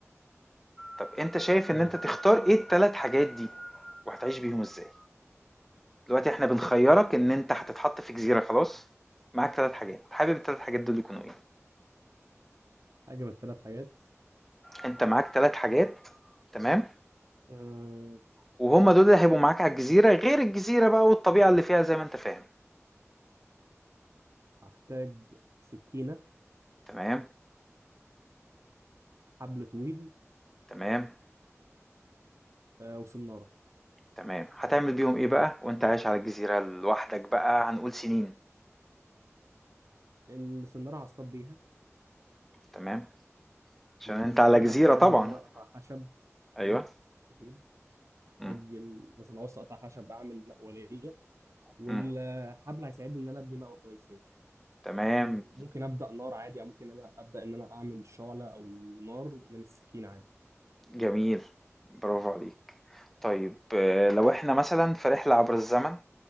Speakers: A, in the centre; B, on the right.
A: طب انت شايف ان
B: مم.
A: انت تختار ايه التلات حاجات دي وهتعيش بيهم ازاي دلوقتي احنا بنخيرك ان انت هتتحط في جزيرة خلاص معاك تلات حاجات حابب التلات حاجات دول يكونوا ايه
B: حاجة من الثلاث حاجات
A: انت معاك تلات حاجات تمام
B: أه...
A: وهما دول اللي هيبقوا معاك على الجزيرة غير الجزيرة بقى والطبيعة اللي فيها زي ما انت فاهم
B: هحتاج سكينة
A: تمام
B: حبل طويل
A: تمام
B: أه... وسنارة
A: تمام هتعمل بيهم ايه بقى وانت عايش على الجزيرة لوحدك بقى هنقول سنين
B: السنارة هصطاد بيها
A: تمام عشان انت
B: السكينة
A: على جزيرة
B: هتساعدني
A: طبعا
B: إن أنا أقطع خشب
A: ايوه
B: مم. أكيد هحتاج
A: مم.
B: ال- مثلا لو عاوز أقطع خشب أعمل مقولية والحبل
A: مم.
B: هيساعدني إن أنا أبني مقوى كويس ليه
A: تمام
B: وممكن أبدأ نار عادي أو ممكن أنا أبدأ إن أنا أعمل شعلة أو نار من السكينة عادي
A: جميل، برافو عليك. طيب آآ، لو إحنا مثلًا في رحلة عبر الزمن